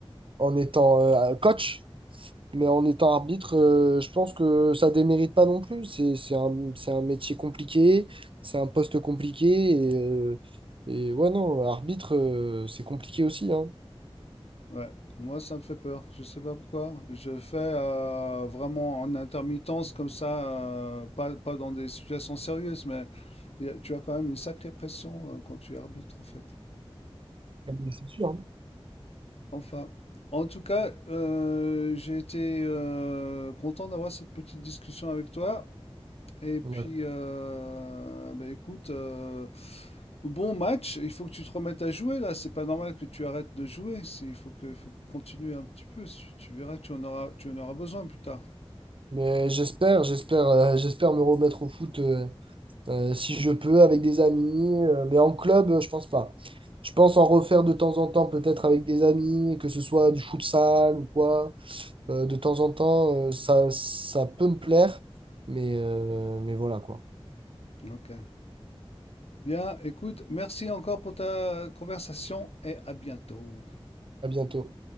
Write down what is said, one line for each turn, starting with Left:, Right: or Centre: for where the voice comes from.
Right: en étant euh, coach, mais en étant arbitre, euh, je pense que ça démérite pas non plus. C'est, c'est un, c'est un métier compliqué, c'est un poste compliqué, et, euh, et ouais, non, arbitre, euh, c'est compliqué aussi, hein.
Left: Ouais, moi ça me fait peur. Je sais pas pourquoi. Je fais euh, vraiment en intermittence comme ça, euh, pas, pas dans des situations sérieuses, mais il y a- tu as quand même une sacrée pression euh, quand tu arbitres en fait.
Right: Ah, Mais C'est sûr. hein.
Left: Enfin, en tout cas, euh, j'ai été euh, content d'avoir cette petite discussion avec toi. Et puis,
Right: Ouais.
Left: euh, bah écoute, euh, bon match. Il faut que tu te remettes à jouer là. C'est pas normal que tu arrêtes de jouer. C'est, il faut que, faut continuer un petit peu. Tu, tu verras, tu en auras, tu en auras besoin plus tard.
Right: Mais j'espère, j'espère, euh, j'espère me remettre au foot. euh, euh, si je peux, avec des amis. euh, mais en club, euh, je pense pas. Je pense en refaire de temps en temps, peut-être avec des amis, que ce soit du futsal ou quoi. Euh, de temps en temps, euh, ça, ça peut me plaire. Mais, euh, mais voilà quoi.
Left: Ok. Bien, écoute, merci encore pour ta conversation et à bientôt.
Right: À bientôt.